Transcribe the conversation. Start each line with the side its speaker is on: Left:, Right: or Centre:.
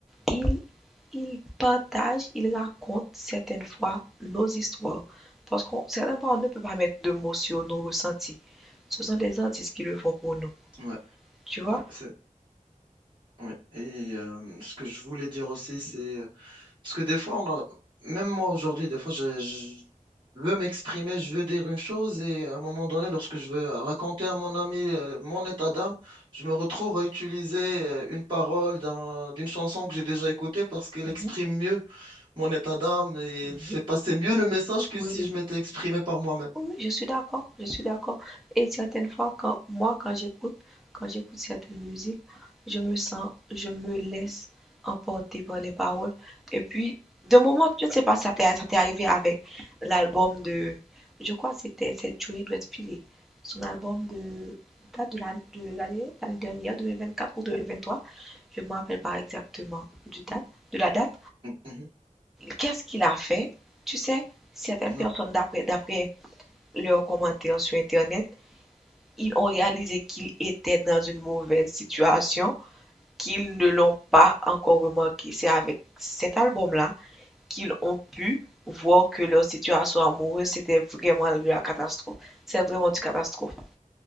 Centre: ils Ils partagent, ils racontent certaines fois nos histoires. Parce qu'on, certaines fois, on ne peut pas mettre de mots sur nos ressentis. Ce sont des artistes qui le font pour nous,
Right: Ouais,
Centre: tu vois?
Right: ouais, c'est, ouais. Et euh, ce que je voulais dire aussi, c'est Parce que des fois, on a... même moi aujourd'hui, des fois, je, je veux m'exprimer, je veux dire une chose, et à un moment donné, lorsque je veux raconter à mon ami euh, mon état d'âme, je me retrouve à utiliser euh, une parole d'un- d'une chanson que j'ai déjà écoutée parce qu'elle
Centre: Mhm,
Right: exprime mieux mon état d'âme et
Centre: mhm.
Right: elle fait passer mieux le message que
Centre: Oui,
Right: si
Centre: oui,
Right: je m'étais exprimé par moi-même.
Centre: Oui, oui, je suis d'accord, je suis d'accord. Et certaines fois, quand moi, quand j'écoute, quand j'écoute certaines musiques, je me sens, je me laisse emporter par les paroles. Et puis, de moment, je ne sais pas si ça t'est ça t'est arrivé avec l'album de, je crois que c'était c'est Joey Redfield, son album de date de l'an- de l'année l'année dernière, 2024 ou 2023, je ne me rappelle pas exactement du date, de la date.
Right: Mhm.
Centre: Qu'est-ce qu'il a fait? Tu sais, certaines personnes,
Right: Non,
Centre: d'après, d'après leurs commentaires sur Internet, ils ont réalisé qu'ils étaient dans une mauvaise situation, qu'ils ne l'ont pas encore remarqué. C'est avec cet album-là qu'ils ont pu voir que leur situation amoureuse, c'était vraiment de la catastrophe. C'est vraiment une catastrophe.